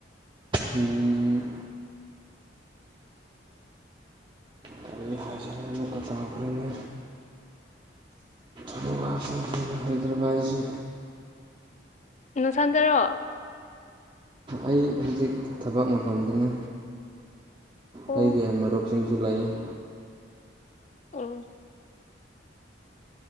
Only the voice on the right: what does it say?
ꯎꯝ ꯀꯔꯤ ꯍꯥꯏꯖꯔꯦ ꯑꯃꯨꯛꯀ ꯀꯥꯎꯈ꯭ꯔꯦꯅꯦ ꯑꯃꯨꯛꯀ ꯀꯥꯎꯈ꯭ꯔꯒ ꯔꯖ
ꯑꯩ ꯍꯧꯖꯤꯛ ꯊꯕꯛ ꯃꯐꯝꯗꯅꯤ
ꯍꯩꯒꯤ ꯃꯔꯨꯞꯁꯤꯡꯁꯨ ꯂꯩꯥꯛꯑ